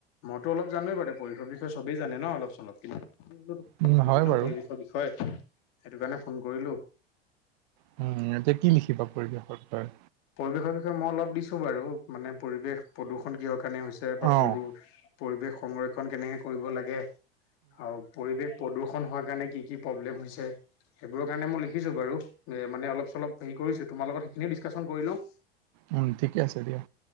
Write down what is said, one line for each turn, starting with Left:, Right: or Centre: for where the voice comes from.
Left: তই অলপ জান'ৱেই বাৰু দে পৰিশৰ বিষয়ে, চবেই জানে ন' অলপ চলপ কিন মই
Right: উম,
Left: সুধি
Right: হয়
Left: লওঁ
Right: বাৰু।
Left: পৰিৱেশৰ বিষয়ে সেইটো কাৰণে ফোন কৰিলোঁ।
Right: হুম, এতিয়া কি লিখিবা পৰিৱেশৰ বিষয়ে?
Left: পৰিৱেশৰ বিষয়ে মই অলপ দিছোঁ বাৰু মানে পৰিৱেশ প্ৰদূষণ কিহৰ কাৰণে হৈছে বা
Right: অ',
Left: পৰো পৰিৱেশ সংৰক্ষণ কেনেকৈ কৰিব লাগে আৰু পৰিৱেশ প্ৰদূষণ হোৱাৰ কাৰণে কি কি প্ৰব্লেম হৈছে। সেইবোৰৰ কাৰণে মই লিখিছোঁ বাৰু মানে অলপল হেৰি কৰিছোঁ, তোমাৰ লগত সেইখিনি ডিছকাচন কৰি লওঁ।
Right: উম, ঠিকে আছে দিয়া।